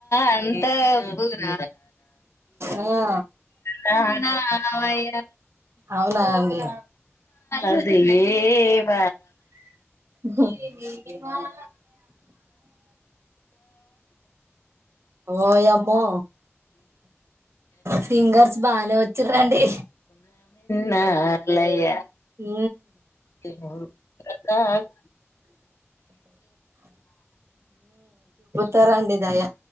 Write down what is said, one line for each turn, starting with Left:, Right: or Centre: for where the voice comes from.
Left: అంతఃపుర
Right: ఆ
Left: టననా వైర
Right: అవునా అండి
Left: అది యేవ
Right: నిది నిది మాయ ఓయమ్మో సింగర్స్ బానే వచ్చిరండి
Left: నార్ లయ
Right: ఉ
Left: ఇ నోరు కాక్
Right: తరండి దయ